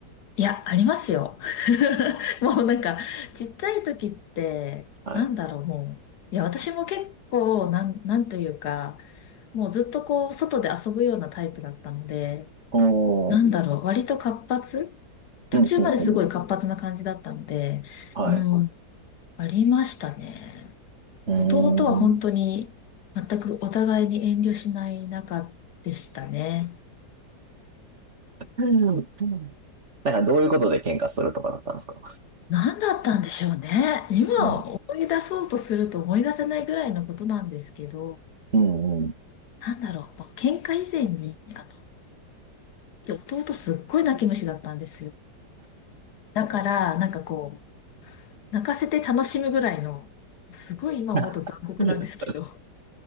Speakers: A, on the left; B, on the right.
A: いや、ありますよ。<laughs> もうなんか、ちっちゃい時って、
B: はい。
A: なんだろう、もう。いや、私も結構、なん、なんというか、もうずっとこう、外で遊ぶようなタイプだったので、
B: おー、
A: なんだろう、割と活発途中まですごい活発な感じだったので、
B: うん、うん、うん。はい。
A: うあん、
B: う
A: ありましたね。
B: ーん。
A: 弟は本当に全くお互いに遠慮しない仲でしたね。
B: うんうんなんかどういうことで喧嘩するとかだったんですか
A: 何だったんでしょうね。今思い出そうとすると思い出せないぐらいのことなんですけど、
B: うん、うん、うん。
A: なんだろう、まあ喧嘩以前に、あの、弟すっごい泣き虫だったんですよ。だから、なんかこう、泣かせて楽しむぐらいの、すごい今思うと残酷なんですけど、
B: <laughs>